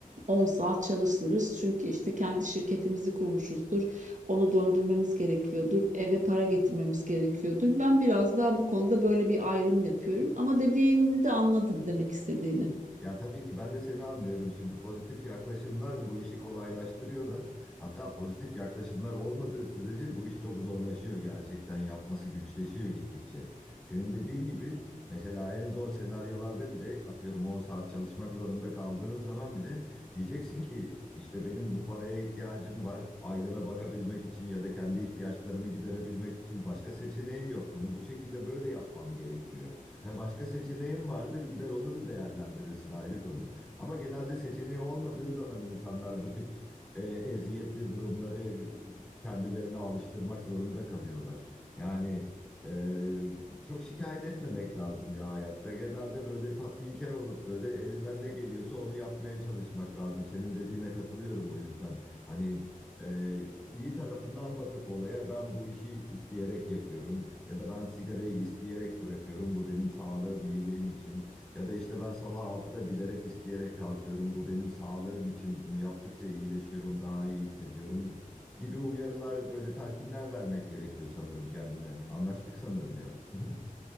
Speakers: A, on the right; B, in the centre.
A: 10 saat çalışırız. Çünkü işte kendi şirketimizi kurmuşuzdur. Onu döndürmemiz gerekiyordur. Eve para getirmemiz gerekiyordur. Ben biraz daha bu konuda böyle bir ayrım yapıyorum. Ama dediğini de anladım demek istediğini.
B: Ya tabii ki ben de seni anlıyorum. Şimdi pozitif yaklaşımlar bu işi kolaylaştırıyorlar. Hatta pozitif yaklaşımlar olmadığı sürece bu iş çok zorlaşıyor gerçekten. Yapması güçleşiyor gittikçe. Senin dediğin gibi mesela en zor senaryolarda bile atıyorum 10 saat çalışmak zorunda kaldığın zaman bile diyeceksin ki işte benim bu paraya ihtiyacım var. Aileme bakabilmek için ya da kendi ihtiyaçlarımı giderebilmek için başka seçeneğim yok. Bunu bu şekilde böyle yapmam gerekiyor. Ha, başka seçeneğin vardır gider onu da değerlendirirsin ayrı konu. Ama genelde seçeneği olmadığı zaman insanlar bu tip e, eziyetli durumları e, kendilerine alıştırmak zorunda kalıyorlar. Yani e, çok şikayet etmemek lazım ya hayatta. Genelde böyle tatminkar olup böyle elinden ne geliyorsa onu yapmaya çalışmak lazım. Senin dediğine katılıyorum o yüzden. Hani e, iyi tarafından bakıp olaya ben bu işi isteyerek yapıyorum. Ya da ben sigarayı isteyerek bırakıyorum. Bu benim sağlığım, iyiliğim için. Ya da işte ben sabah altıda bilerek isteyerek kalkıyorum. Bu benim sağlığım için. Bunu yaptıkça iyileşiyorum, daha iyi hissediyorum gibi uyarılar, böyle telkinler vermek gerekiyor sanırım kendine. Anlaştık sanırım ya. <laughs>